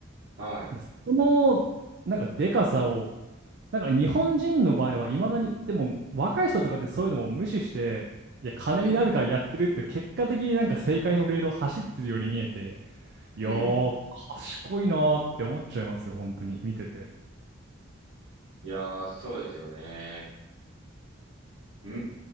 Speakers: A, on the right; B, on the right.
A: はい。
B: で、その、なんかでかさを、なんか日本人の場合はいまだに、でも若い人とかってそういうのも無視して、いや、金になるからやってるって結果的になんか正解のレールを走ってるように見えて、
A: うん。
B: いやー、
A: うん。
B: 賢いなーって思っちゃいますよ、本当に、見てて。
A: いやー、そうですよね。うー